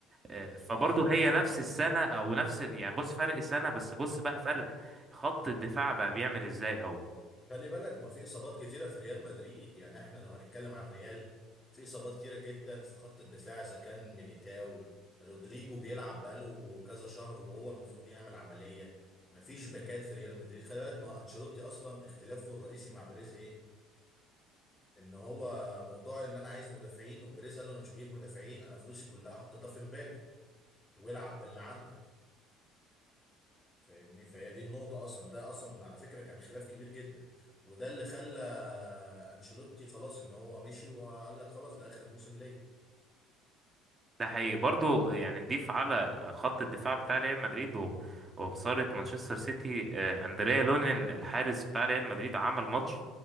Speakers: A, on the right; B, on the left.
A: آه، فبرضه
B: اه بالظبط
A: هي نفس السنة أو نفس يعني بص فرق السنة بس بص بقى فرق خط الدفاع بقى بيعمل إزاي أو
B: خلي بالك ما في اصابات كتيره في ريال مدريد يعني احنا لو هنتكلم عن الريال في اصابات كتيره جدا في خط الدفاع اذا كان ميليتاو رودريجو بيلعب بقاله كذا شهر وهو المفروض يعمل عمليه ما فيش باكات في ريال مدريد خلي بالك ما انشيلوتي اصلا اختلافه الرئيسي مع بيريز ايه ان هو موضوع ان انا عايز مدافعين وبيريز قال له انا مش هجيب مدافعين انا فلوسي كلها حطيتها في مبابي والعب باللي عندك فاهمني فهي دي النقطة أصلا ده أصلا على فكرة كان خلاف كبير جدا وده اللي خلى أنشيلوتي خلاص إن هو مشي وقال لك خلاص ده آخر موسم ليا
A: ده حقيقي برضو يعني نضيف على خط الدفاع بتاع ريال مدريد و- وخسارة مانشستر سيتي آه، أندريا لونين الحارس بتاع ريال مدريد عمل ماتش